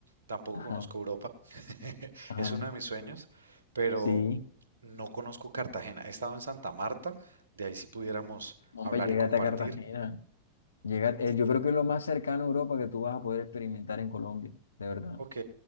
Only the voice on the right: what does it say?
Tampoco
conozco Europa. <laughs>
Es uno de mis sueños, pero
no conozco Cartagena. He estado en Santa Marta, de ahí si pudiéramos
hablar
y compartir.
Y,
ok,